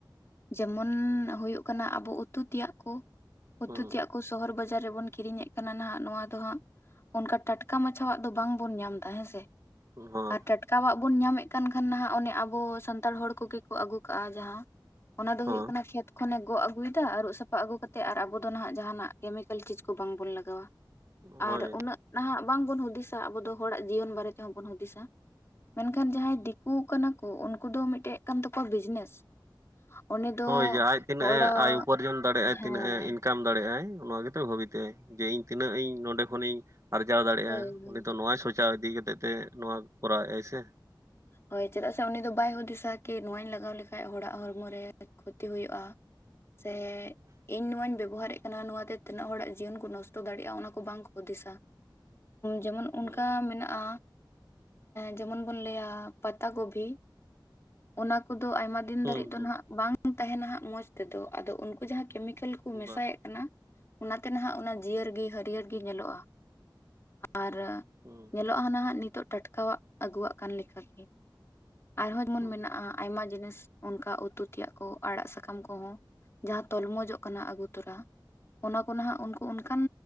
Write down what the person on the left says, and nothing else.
ᱡᱮᱢᱚᱱ ᱦᱩᱭᱩᱜ ᱠᱟᱱᱟ ᱟᱵᱚ ᱩᱛᱩ ᱛᱮᱭᱟᱜ ᱠᱚ ᱩᱛᱩ
ᱛᱮᱭᱟᱜ ᱠᱚ ᱥᱚᱦᱚᱨ ᱵᱟᱡᱟᱨ ᱨᱮᱵᱚᱱ ᱠᱤᱨᱤᱧᱮᱫ ᱠᱟᱱᱟ ᱱᱟᱜ ᱱᱚᱣᱟ ᱫᱚ ᱦᱟᱸᱜ ᱚᱱᱠᱟ ᱴᱟᱴᱠᱟ ᱢᱟᱪᱷᱟᱣᱜ ᱫᱚ ᱵᱟᱝ ᱵᱚᱱ ᱧᱟᱢ ᱮᱫᱟ ᱦᱮᱸᱥᱮ
ᱟᱨ ᱴᱟᱴᱠᱟᱣᱟᱜ ᱵᱚᱱ ᱧᱟᱢᱮᱫ ᱠᱟᱱ ᱠᱷᱟᱱ ᱱᱟᱦᱟᱜ ᱚᱱᱮ ᱟᱵᱚ ᱥᱟᱱᱛᱟᱲ ᱦᱚᱲ ᱠᱚᱜᱮ ᱠᱚ ᱟᱹᱜᱩ ᱠᱟᱜᱼᱟ ᱡᱟᱦᱟᱸ ᱚᱱᱟ ᱫᱚ
ᱦᱩᱭᱩᱜᱭᱳᱜ ᱠᱟᱱᱟ ᱠᱷᱮᱛ ᱠᱷᱚᱱᱮ ᱜᱚᱜ ᱟᱹᱜᱩᱭᱮᱫᱟ ᱟᱹᱨᱩᱵ ᱥᱟᱯᱷᱟ ᱟᱹᱜᱩ ᱠᱟ ᱠᱟᱛᱮᱮᱫ ᱟᱨ ᱟᱵᱚ ᱫᱚ ᱱᱟᱦᱟᱜ ᱡᱟᱦᱟᱱᱟᱜ ᱠᱮᱢᱤᱠᱮᱞ ᱪᱤᱡᱽ ᱠᱚ ᱵᱟᱝᱵᱚᱱ ᱞᱟᱜᱟᱣᱟ
ᱟᱨ ᱩᱱᱟᱹᱜ ᱱᱟᱦᱟᱜ ᱵᱟᱝᱵᱚᱱ ᱦᱩᱫᱤᱥᱟ ᱟᱵᱚ ᱫᱚ ᱦᱚᱲᱟᱜ ᱡᱤᱭᱚᱱ ᱵᱟᱨᱮ ᱛᱮᱦᱚᱸ ᱵᱚᱱ ᱦᱩᱫᱤᱥᱟ ᱢᱮᱱᱠᱷᱟᱱ ᱡᱟᱦᱟᱸᱭ ᱫᱤᱠᱩ ᱠᱟᱱᱟ ᱠᱚ ᱩᱱᱠᱩ ᱫᱚ ᱢᱤᱫᱴᱮᱡ ᱠᱟᱱ ᱛᱟᱠᱚᱣᱟ ᱵᱤᱡᱽᱱᱮᱥ ᱚᱸᱰᱮ ᱫᱚ
ᱦᱚᱲᱟᱜ
ᱦᱮᱸ
ᱦᱳᱭ ᱦᱳᱭ
ᱦᱳᱭ ᱪᱮᱫᱟᱜ ᱥᱮ ᱩᱱᱤ ᱫᱚ ᱵᱟᱭ ᱦᱩᱫᱤᱥᱟ ᱠᱤ ᱱᱚᱣᱟᱧ ᱞᱟᱜᱟᱣ ᱞᱮᱠᱷᱟᱡ ᱦᱚᱲᱟᱜ ᱦᱚᱲᱢᱚᱨ ᱨᱮ ᱠᱷᱚᱛᱤ ᱦᱩᱭᱩᱜᱼᱟ ᱥᱮ ᱦᱮᱸ
ᱤᱧ ᱱᱚᱣᱟᱧ ᱵᱮᱵᱚᱦᱟᱨᱮᱫ ᱠᱟᱱᱟ ᱱᱚᱣᱟᱛᱮ ᱛᱤᱱᱟᱹᱜ ᱦᱚᱲᱟᱜ ᱡᱤᱭᱚᱱ ᱠᱚ ᱱᱚᱥᱴᱚ ᱫᱟᱲᱮᱭᱟᱜᱼᱟ ᱚᱱᱟ ᱠᱚ ᱵᱟᱝᱠᱚ ᱦᱩᱫᱤᱥᱟ ᱡᱮᱢᱚᱱ ᱚᱱᱠᱟ
ᱢᱮᱱᱟᱜᱼᱟ ᱡᱮᱢᱚᱱ ᱵᱚᱱ ᱞᱟᱹᱭᱟ ᱯᱟᱛᱟ ᱜᱚᱵᱤ ᱚᱱᱟ ᱠᱚᱫᱚ ᱟᱭᱢᱟ ᱫᱤᱱ
ᱫᱷᱟᱹᱨᱤᱡ ᱫᱚ ᱱᱟᱦᱟᱜ ᱵᱟᱝ ᱛᱟᱦᱮᱱᱟ ᱦᱟᱸᱜ ᱢᱚᱸᱡᱽ ᱛᱮᱫᱚ ᱟᱫᱚ ᱩᱱᱠᱩ ᱡᱟᱦᱟᱸ ᱠᱮᱢᱤᱠᱮᱞ ᱠᱚ
ᱢᱮᱥᱟᱭᱮᱫ
ᱠᱟᱱᱟ ᱚᱱᱟᱛᱮ ᱱᱟᱦᱟᱜ ᱚᱱᱟ ᱡᱤᱭᱟᱹᱲᱜᱮ ᱦᱟᱹᱨᱭᱟᱹᱲ ᱜᱮ ᱧᱮᱞᱚᱜᱼᱟ ᱟᱨ
ᱧᱮᱞᱚᱜᱼᱟ ᱱᱟᱦᱟᱜ ᱱᱤᱛᱚᱜ ᱴᱟᱴᱠᱟᱟᱜ ᱟᱹᱜᱩᱣᱟᱜ ᱠᱟᱱ ᱞᱮᱠᱟ ᱜᱮ ᱟᱨᱦᱚᱸ ᱡᱮᱢᱚᱱ
ᱢᱮᱱᱟᱜᱼᱟ ᱟᱭᱢᱟ ᱡᱤᱱᱤᱥ ᱚᱱᱠᱟ ᱩᱛᱩ ᱛᱮᱭᱟᱜ ᱠᱚ ᱟᱲᱟᱜ ᱥᱟᱠᱟᱢ ᱠᱚᱦᱚᱸ ᱡᱟᱦᱟᱸ ᱛᱚᱞᱢᱚᱡᱚᱜ ᱠᱟᱱᱟ ᱟᱹᱜᱩ ᱛᱚᱨᱟ ᱚᱱᱟ ᱠᱚ ᱱᱟᱦᱟᱜ ᱩᱱᱠᱩ ᱚᱱᱠᱟᱱ